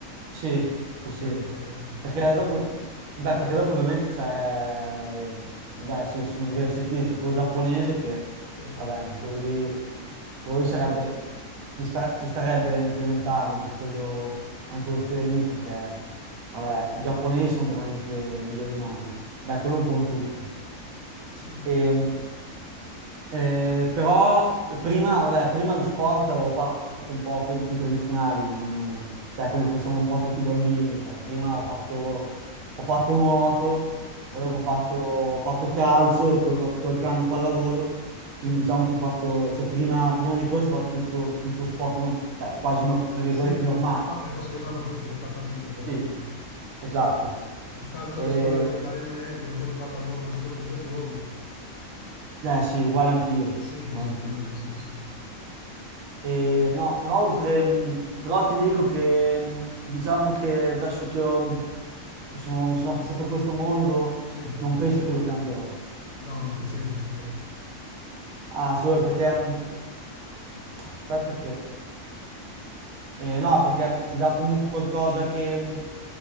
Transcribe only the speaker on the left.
Ok,
ok, ok,
ok.
Sì,
sì,
sì,
sì,
sì.
Sì,
vabbè, cose che fanno tutti, che ho fatto anch'io poi alla
fine.
Il calcio
alle scuole elementari e medie, un po' di pallavolo alle scuole superiori.
Sì, così
più o meno, sì, sì.
Sì.
No,
no, ti credo, ti credo.